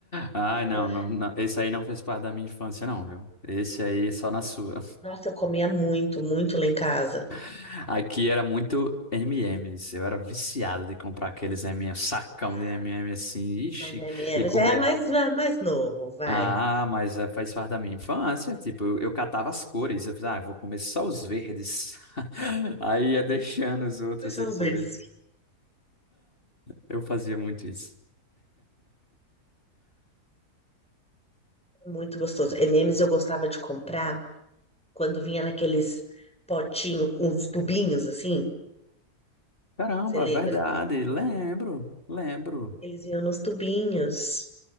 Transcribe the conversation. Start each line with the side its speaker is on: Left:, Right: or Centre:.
Left: Ai,
Centre: E
Left: não,
Centre: ela,
Left: não, não. Esse aí não fez parte da minha infância, não, viu? Esse aí só na sua.
Centre: nossa, eu comia muito, muito lá em casa.
Left: <laughs> Aqui era muito M&M's. Eu era viciado de comprar aqueles M&M's, um sacão
Centre: Ah,
Left: de M&M's assim, ixi,
Centre: mas MM
Left: e comer
Centre: já é mais, mais novo, vai.
Left: Ah, mas eh, faz parte da minha infância. Tipo, eu, eu catava as cores. Eu falei, ah, eu vou comer só os verdes. <laughs> Aí ia deixando os outros
Centre: Mas são
Left: depois.
Centre: os verdes.
Left: Eu fazia muito isso.
Centre: Muito gostoso. MMs eu gostava de comprar. quando vinha naqueles potinhos, uns tubinhos assim.
Left: Caramba,
Centre: Você lembra
Left: verdade.
Centre: desses tubinhos?
Left: Lembro, lembro.
Centre: Eles vinham nos tubinhos.